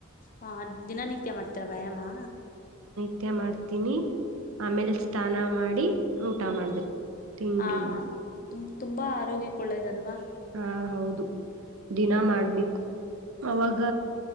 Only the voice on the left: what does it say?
ಹಾ ದಿನನಿತ್ಯ ಮಾಡ್ತ ವಯಾಮಾ
ಹ
ಆ
ತು ತುಂಬಾ ಆರೋಗ್ಯಕ್ಕಳ್ಳೇದಲ್ವಾ
ಹ